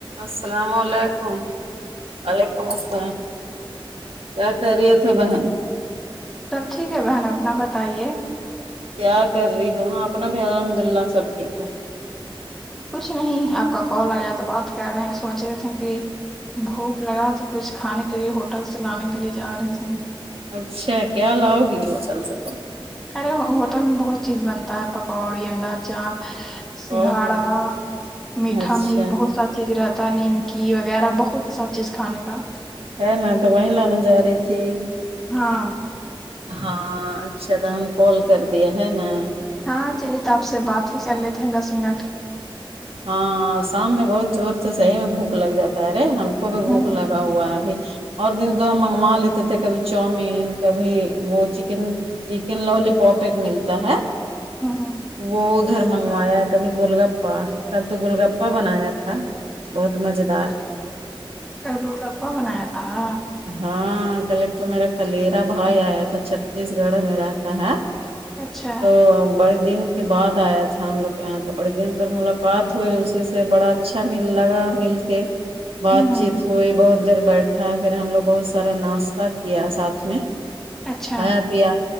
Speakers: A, on the right; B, in the centre.
A: السلام علیکم وعلیکم السلام کیا خیرت ہے بہن
B: سب ٹھیک ہے بہن اپنا بتائیے
A: کیا کر رہی ہو ہاں اپنا بھائی الحمد اللہ سب ٹھیک ہے
B: کچھ نہیں آپ کا کال آیا تو بات کر رہے ہیں سوچ رہے تھے کہ بھوک لگا تو کچھ کھانے کے لیے ہوٹل سے لانے کے لیے جا رہے تھے
A: اچھا کیا لاؤ گی ہوٹل سے تم
B: ارے ھو ہوٹل میں بہت چیز بنتا ہے پکوڑی انڈا جام سنگھاڑا
A: او ہو
B: میٹھا
A: اچھا
B: میری بہت سار چیز رہتا ہے نیمکی وغیرہ بہت سا چیز کھانے کا
A: ہے نا تو وہیں لانے جا رہی تھی
B: ہاں
A: ہاں اچھا تو ہم کال کر دییے ہے نا
B: ہاں چلیے تو آپ سے بات ہی کر لیتے ہیں دس منٹ
A: ہاں شام میں بہت زور سے صحیح میں بھوک لگ جاتا ہے رے ہم کو بھی بھوک
B: ہوں
A: لگا ہوا ہے ابھی اور دن تو ہم منگوا لیتے تھے کبھی چاؤومین کبھی وہ چکن چکن لولی پاپ ایک ملتا ہے
B: ہاں
A: وہ ادھر منگوایا کبھی گول گپا کل تو گول گپا بنایا تھا بہت مزے دار
B: کل وہ کپپا بنایا تھا
A: ہاں کلیکٹر میرا کلیرا بھائی آیا تھا چھتیس گڑھ میں رہتا ہے
B: اچھا
A: تو بڑے دن کے بعد آیا تھا ہم لوگ کے یہاں تو بڑے دن پر ملاق بات ہوئے اسی سے بڑا اچھا مل لگا مل کے بات
B: ہوں
A: چیت ہوئی بہت دیر بیٹھا پھر ہم لوگ بہت سارا ناشتہ کیا ساتھ میں
B: اچھا
A: کھایا پیا